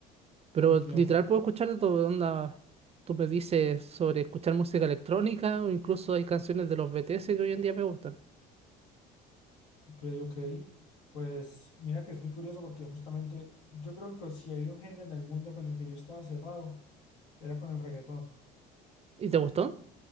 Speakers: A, on the right; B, on the left.
A: Pero
B: Entiendo,
A: literal puedo escuchar de todo, onda. Tú me dices sobre escuchar música electrónica o incluso hay canciones de los BTS que hoy en día me gustan.
B: ok, ok. Pues mira que es muy curioso porque justamente yo creo que con- si había un género en el mundo con el que yo estaba cerrado, era con el reggaetón.
A: ¿Y te gustó?